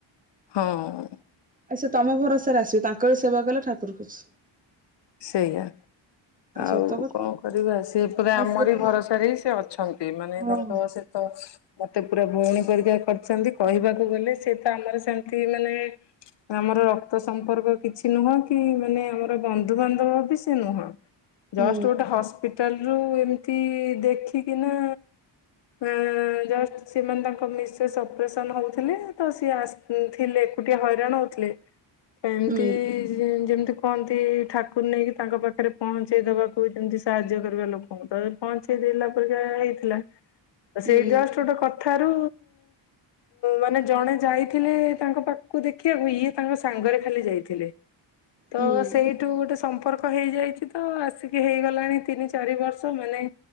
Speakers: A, on the left; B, on the right.
A: ହଁ।
B: ଆଉ ସେ ତମ ଭରସା ରେ ଆସିବେ ତାଙ୍କରି ସେବା କଲେ ଠାକୁର ଖୁସି।
A: ସେଇଆ ଆଉ
B: ସତ କଥା
A: କଁ କରିବା ସିଏ ପୁରା
B: ନା
A: ଆମରି
B: ସେ ତ
A: ଭରସାରେ ହିଁ ସେ ଅଛନ୍ ନ୍ତି ମାନେ
B: ହଁ।
A: ତାଙ୍କ ସେ ତ। ମତେ ପୁରା ଭଉଣୀ ପରି କା କରିଛନ୍ତି କହିବାକୁ ଗଲେ ସିଏ ତ ଆମର ସେମିତି ମାନେ। ଆମର ରକ୍ତ ସମ୍ପର୍କ କିଛି ନୁହଁ କି ମାନେ ଆମର ବନ୍ଦ ବନ୍ଧୁ ବାନ୍ଧବ ବି ସେ ନୁହଁ ଜଷ୍ଟ
B: ହୁଁ
A: ଗୋଟେ ହସ୍ପି ଟାଲ ରୁ ଏମିତି ଦେଖିକିନା। ଆଁ ଜଷ୍ଟ ସିଏ ମାନେ ତାଙ୍କ ମିସେସ୍ ଅପରେସନ୍ ହଉଥିଲେ ତ ସିଏ ଆସି ଫୁ ଥିଲେ ଏକୁଟିଆ ହଇରାଣ ହଉଥିଲେ ତ ଏମତି
B: ହୁଁ
A: ଯେ ଯେମିତି କହନ୍ତି। ଠାକୁର ନେଇକି ତାଙ୍କ ପାଖରେ ପହଞ୍ଚେଇ ଦବାକୁ ଯେମିତି ସାହାଯ୍ୟ କରିବା ଲୋକଙ୍କୁ ତ ଏ ପହଞ୍ଚେ। ଇ ଦେଲା ପରିକା ହେଇଥିଲା
B: ହୁଁ
A: ସେଇ ଜଷ୍ଟ ଗୋଟେ କଥାରୁ। ମାନେ ଜଣେ ଯାଇଥିଲେ ତାଙ୍କ ପାଖକୁ ଦେଖିବାକୁ ଇଏ ତାଙ୍କ ସାଙ୍ଗରେ ଖାଲି ଯାଇଥିଲେ। ତ
B: ହୁଁ
A: ସେଇ। ସେଇଠୁ ଗୋଟେ ସମ୍ପର୍କ ହେଇଯାଇଛି ତ ଆସିକି ହେଇଗଲାଣି ତିନି ଚାରି ବର୍ଷ ମାନେ।